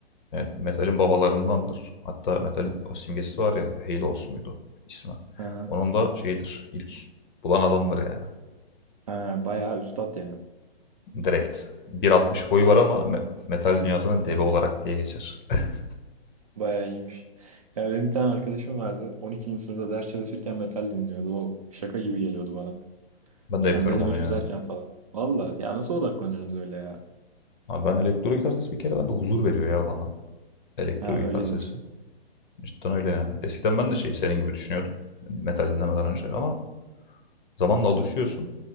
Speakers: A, on the left; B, on the right.
A: yani metalin babalarındandır. Hatta metalin o simgesi var ya Hale Horse muydu ismi.
B: Hı hı.
A: Onun da şeyidir ilk bulan adamdır yani.
B: Ha, bayağı üstat yani.
A: Direkt. 1.60 boyu var ama me- metal dünyasına deve olarak diye geçer. <laughs>
B: Bayağı iyiymiş. Ya benim bir tane arkadaşım vardı. 12. sınıfta ders çalışırken metal dinliyordu. O şaka gibi geliyordu bana.
A: Ben de
B: Hani
A: yapıyorum
B: deneme
A: onu
B: çözerken
A: ya.
B: falan. Valla ya nasıl odaklanıyorsunuz öyle ya?
A: Abi ben elektro gitar sesi bir kere bende huzur veriyor ya bana. Elektro
B: Ha
A: gitar
B: öyle
A: sesi.
B: diyorsun.
A: Cidden öyle yani. Eskiden ben de şey senin gibi düşünüyordum. Metal dinlemeden önce ama zamanla alışıyorsun.